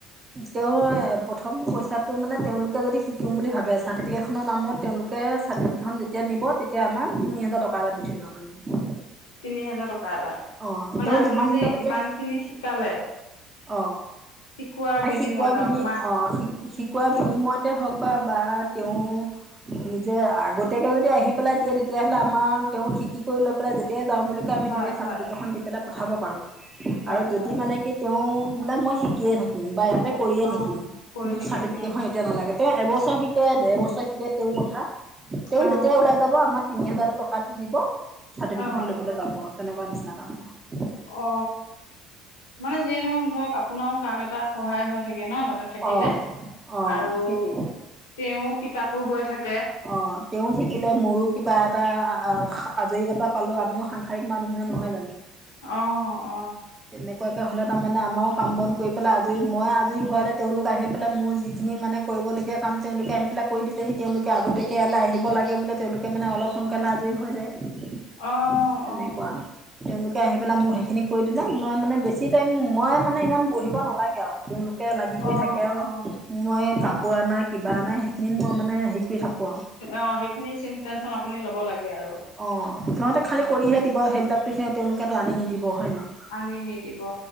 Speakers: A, on the right (about 25°); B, on the left (about 75°).
A: তেওঁৰ প্ৰথম পইচাটো মানে তেওঁলোকে যদি শিকিম বুলি ভাবে চাৰ্টিফিকেট খনৰ নামত তেওঁলোক <unintelligible> চাৰ্টিফিকেট খন যেতিয়া নিব তেতিয়া আমাক তিনি হাজাৰ টকা এটা দি থৈ যাব লাগিব।
B: তিনি হেজাৰ টকা এটা
A: অ',
B: মানে
A: তেওঁ
B: আপুনি
A: যিমান দিনলৈকে
B: যে ইমান খিনি শিকালে
A: অ
B: শিকোৱাৰ
A: শিকোৱা বিনিময়ত
B: আৰু মাহ
A: অ শি শিকোৱা বিনিময়তে হওক বা বা তেওঁ
B: উম
A: জা নিজে আগতীয়াকে যদি আহি পেলাই দিয়ে তেতিয়াহলে
B: উম
A: আমাৰ তেওঁ শিকি কৰি লৈ পেলাই যেতিয়াই যাওঁ বুলি কয় আমি
B: হয়
A: তেতিয়াই চাৰ্টিফিকেটখন
B: হয়
A: দি পেলাই পঠাব পাৰো
B: হয়
A: আৰু যদি
B: হয়
A: মানে কি তেওঁ বোলে মই শিকিয়ে থাকিম বা ইয়াতে কৰিয়ে
B: অ
A: থাকিম
B: কৰি
A: মোক
B: থাকিম
A: চাৰ্টিফিকেটখন
B: উম
A: তেতিয়া নালাগে তেওঁ এবছৰ শিকে, দেৰ বছৰ শিকে তেওঁৰ কথা তেওঁ
B: অ
A: যেতিয়া ওলাই যাব আমাৰ তিনি হাজাৰ টকা দিব চাৰ্টিফিকেন
B: অ
A: লৈ পেলাই যাব তেনেকোৱা নিচিনা তাৰমানে।
B: অ মানে যিয়ে নহওক ধৰক আপোনাৰো কাম এটা সহায় হৈ থাকে ন তাতে থাকিলে
A: অ অ
B: আৰু
A: সেইটোৱে
B: তেওঁ শিকাতো হৈ থাকে
A: অ তেওঁ শিকিলে
B: উম
A: মোৰো কিবা এটা আজৰি এটা পালো আমিও সাংসাৰিক মানুহে নহয় জানো
B: অ অ
A: তেনেকোৱাকে হ'লে তাৰমানে আমাৰো কাম বন কৰি পেলাই আজৰি মই আজৰি হোৱালে তেওঁলোক আহি পেলাই মোৰ যিখিনি মানে কৰিবলগীয়া কাম তেওঁলোকে আহি পেলাই কৰি দিলেহি তেওঁলোক আগতীয়াকৈ ইয়ালে আহিব লাগে বোলে তেওঁলোকে মানে অলপ সোনকালে আজৰি হৈ যায়।
B: অ
A: তেনেকুৱা
B: অ
A: তেওঁলোকে আহি পেলাই মোৰ সেইখিনি কৰি দিলে মই মানে বেছি টাইম মই মানে ইমান বহিব নালাগে আও তেওঁলোকে লাগি কৰি
B: অ
A: থাকে আৰু
B: অ
A: মই
B: অ
A: কাপোৰ
B: অ
A: আনা কিবা আনাা সেইখিনিত মই মানে সেই কৰি থাকো আও
B: অ সেইখিনি চি টেনচন আপুনি ল'ব লাগে আৰু
A: অঁ সিহঁতে খালী
B: অ
A: কৰিহে দিব সেইবিলাক গতিকে তেওঁলোকেতো আনি নিদিব হয় নাই
B: আনি নিদিব অ